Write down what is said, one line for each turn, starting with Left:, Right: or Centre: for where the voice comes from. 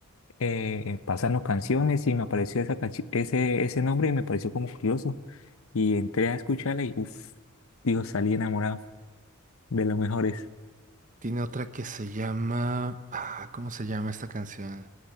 Left: eh, pasando canciones y me apareció esa canci- ese, ese nombre y me pareció como curioso. Y entré a escucharla y uff, digo, salí enamorado de lo mejores.
Right: Tiene otra que se llama. Ah, ¿cómo se llama esta canción?